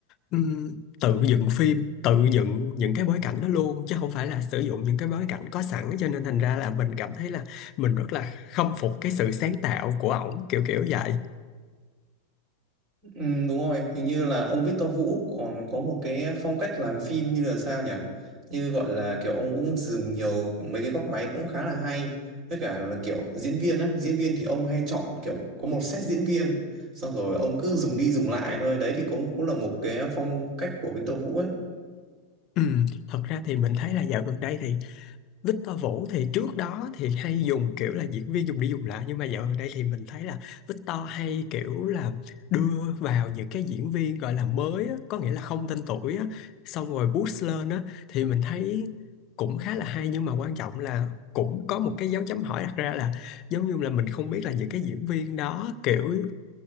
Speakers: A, on the left; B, on the right.
A: ừm, tự dựng phim, tự dựng những cái bối cảnh đó luôn chứ không phải là sử dụng những cái bối cảnh có sẵn cho nên thành ra là mình cảm thấy là mình rất là khâm phục cái sự sáng tạo của ổng kiểu kiểu vậy.
B: Ừ, đúng rồi, hình như là ông Victor Vũ còn có một cái phong cách làm phim như là sao nhỉ? Như gọi là kiểu ông cũng dùng nhiều mấy cái góc máy cũng khá là hay. Với cả là kiểu diễn viên á, diễn viên thì ông hay chọn kiểu có một set diễn viên, xong rồi ông cứ dùng đi dùng lại thôi. Đấy thì cũng cũng là một cái phong cách của Victor Vũ ấy.
A: Ừm, thật ra thì mình thấy là dạo gần đây thì Victor Vũ thì trước đó thì hay dùng kiểu là diễn viên dùng đi dùng lại nhưng mà dạo gần đây thì mình thấy là Victor hay kiểu là đưa vào những cái diễn viên gọi là mới á, có nghĩa là không tên tuổi á, xong rồi boost lên á thì mình thấy cũng khá là hay nhưng mà quan trọng là cũng có một cái dấu chấm hỏi đặt ra là giống như là mình không biết là những cái diễn viên đó kiểu